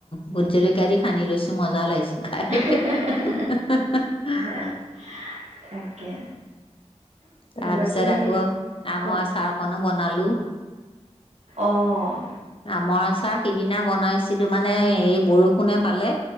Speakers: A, on the left; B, on the right.
A: ভোট জলকীয়া দি সানি লৈছোঁ মজা লাগিছে।
B: <inaudible>
A: খাই <inaudible>
B: হে তাকে।
A: তাৰ
B: বাকী
A: পিছত আকৌ
B: সেই
A: আমৰ
B: কওক
A: আচাৰ অকনো ব বনালোঁ।
B: অ-অ।
A: আমৰ আচাৰ সিদিনা বনাই ছিলোঁ মানে এই বৰষুণে পালে।